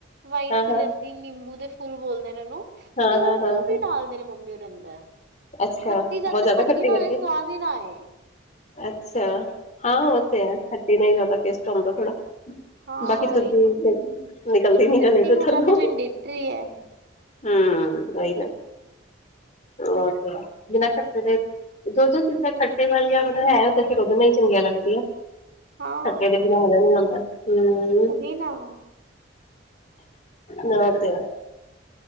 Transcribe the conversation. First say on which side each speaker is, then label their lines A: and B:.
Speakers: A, on the right; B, on the left.
A: ਵਾਈਟ
B: ਹਾਂ
A: ਕਲਰ
B: ਹਾਂ
A: ਨਿੰਬੂ ਦੇ ਫੁੱਲ ਬੋਲਦੇ ਨੇ ਉਹਨੂੰ,
B: ਹਾਂ
A: ਤੇ ਉਹ,
B: ਹਾਂ ਹਾਂ
A: ਉਹ ਵੀ
B: ਹਾਂ
A: ਡਾਲਦੇ ਨੇ ਮੰਮੀ ਉਹਦੇ ਅੰਦਰ
B: ਅੱਛਾ
A: ਖੱਟੀ ਜਦ
B: ਬਹੁਤ
A: ਤੱਕ
B: ਜ਼ਿਆਦਾ
A: ਖੱਟੀ ਨਾ ਹੋਏ,
B: ਕਰਕੇ
A: ਸਵਾਦ ਹੀ ਨਾ ਆਏ
B: ਅੱਛਾ, ਹਾਂ
A: ਹਮ
B: ਉਹ ਤੇ ਹੈ, ਖੱਟੇ ਦਾ ਜਿਆਦਾ ਟੈਸਟ ਆਉਂਦਾ ਥੋੜ੍ਹਾ
A: ਹਾਂ
B: ਬਾਕੀ
A: ਉਹੀ
B: ਦੂਜੀ
A: ਨਾ
B: ਨਿਕਲਦੀ ਨੀ
A: ਖੱਟੀ
B: ਗਲੇ ਤੋਂ
A: ਹੋਣਾ
B: ਥੱਲੋ
A: ਤੇ ਮੈਂਡੇਟਰੀ ਹੈ
B: ਹਮ, ਉਹੀ ਨਾ ਹੋਰ ਸੁਣਾਓ ਜੋ-ਜੋੋ ਚੀਜ਼ਾਂ ਖੱਟੇ ਵਾਲੀਆਂ ਮਤਲਬ ਹੈ, ਤਾਂ ਫਿਰ ਉਹਦੇ ਨਾਲ ਹੀ ਚੰਗੀਆਂ ਲੱਗਦੀਆਂ।
A: ਹਾਂ
B: ਖੱਟੇ ਦੇ ਬਿਨਾਂ ਮਜਾ ਨੀ ਆਉਂਦਾ, ਹੂ-
A: ਉਹੀ ਨਾ
B: ਨਾ ਤੇ